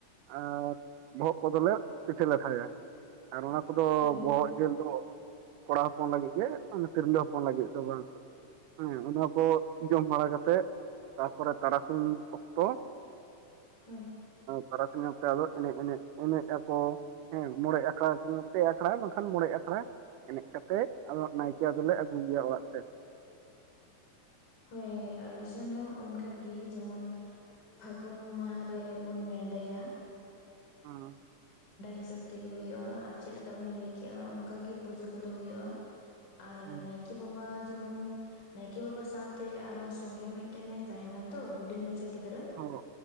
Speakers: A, on the right; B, on the left.
A: ᱟᱨ ᱵᱚᱦᱚᱜ ᱠᱚᱫᱚ ᱞᱮ ᱯᱤᱴᱷᱟᱹ ᱞᱟᱴᱷᱟᱭᱟ ᱟᱨ ᱚᱱᱟ ᱠᱚᱫᱚ
B: ᱦᱳᱭ
A: ᱵᱚᱦᱚᱜ
B: ᱦᱳᱭ
A: ᱡᱤᱞ ᱫᱚ ᱠᱚᱲᱟ ᱦᱚᱯᱚᱱ ᱞᱟᱹᱜᱤᱫ ᱜᱮ ᱛᱤᱨᱞᱟᱹ ᱦᱚᱯᱚᱱ ᱞᱟᱹᱜᱤᱫ ᱫᱚ ᱵᱟᱝ ᱾ ᱦᱮᱸ ᱚᱱᱟ ᱠᱚ ᱡᱚᱢ ᱵᱟᱲᱟ ᱠᱟᱛᱮ ᱛᱟᱨᱯᱚᱨ ᱛᱟᱨᱟ ᱛᱩᱝ ᱚᱠᱛᱚ
B: ᱦᱳᱭ ᱾
A: ᱛᱟᱨᱥᱤᱧ ᱚᱠᱛᱮ ᱟᱫᱚ ᱮᱱᱮᱡ ᱮᱱᱮᱡ ᱮᱱᱮᱡ ᱟᱠᱚ ᱦᱮᱸ ᱢᱚᱬᱮ ᱟᱠᱷᱲᱟ ᱯᱮ ᱟᱠᱷᱲᱟ ᱵᱟᱝᱠᱷᱟᱱ ᱢᱚᱬᱮ ᱟᱠᱷᱲᱟ ᱾ ᱮᱱᱮᱡ ᱠᱟᱛᱮ ᱟᱫᱚ ᱱᱟᱭᱠᱮ ᱫᱚ ᱞᱮ ᱟᱹᱜᱩᱭ ᱜᱮᱭᱟ ᱚᱲᱟᱜ ᱛᱮ ᱾
B: ᱦᱳᱭ ᱾ ᱟᱞᱮ ᱥᱮᱱ ᱦᱚᱸ ᱚᱱᱠᱟ ᱜᱮ ᱡᱮᱢᱚᱱ ᱯᱷᱟᱹᱜᱩᱱ ᱢᱟᱦᱟ ᱨᱮ ᱵᱚᱱ ᱱᱮᱰᱟᱭᱟ ᱾
A: ᱦᱩᱸ
B: ᱦᱤᱥᱟᱹᱵ ᱛᱮᱜᱮ ᱦᱩᱭᱩᱜᱼᱟ ᱟᱨ ᱪᱮᱫ ᱞᱮᱠᱟ ᱵᱮᱱ ᱞᱟᱹᱭ ᱠᱮᱼᱟ ᱚᱱᱠᱟ ᱜᱮ ᱯᱩᱡᱟᱹ ᱠᱚ ᱫᱚ ᱦᱩᱭᱩᱜᱼᱟ ᱟᱨ
A: ᱦᱩᱸ
B: ᱱᱟᱭᱠᱮ ᱠᱤ ᱵᱟᱵᱟ ᱡᱮᱢᱚᱱ ᱱᱟᱭᱠᱮ ᱵᱟᱵᱟ ᱥᱟᱶᱛᱮ ᱟᱨ ᱦᱚᱸ ᱥᱚᱸᱜᱮ ᱢᱤᱫᱴᱮᱱ ᱛᱟᱦᱮᱱᱟ ᱛᱚ ᱦᱩᱰᱤᱧ ᱢᱟᱪᱷᱟ ᱜᱤᱫᱽᱨᱟᱹ
A: ᱦᱳ